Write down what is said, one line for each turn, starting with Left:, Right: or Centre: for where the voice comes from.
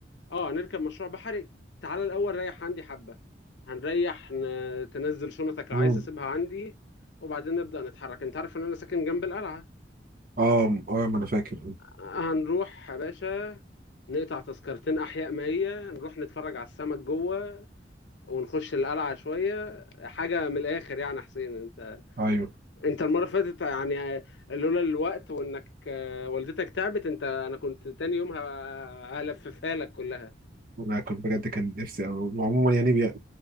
Left: اه نركب مشروع بحري تعالى الاول ريح عندي حبه هنريح ن- تنزل شنطك لو
Right: مم.
Left: عايز تسيبها عندي وبعدين نبدا نتحرك انت عارف ان انا ساكن جنب القلعه
Right: اه اه ما انا فاكر
Left: هنروح يا باشا نقطع تذكرتين احياء مائيه نروح نتفرج على السمك جوه ونخش القلعه شويه حاجه من الاخر يعني حسين انت
Right: ايوه
Left: انت المره اللي فاتت يعني لولا الوقت وانك آه، والدتك تعبت انت انا كنت تاني يوم ه- هلففها لك كلها
Right: انا كنت بجد كان نفسي أو- عموما يعني بي...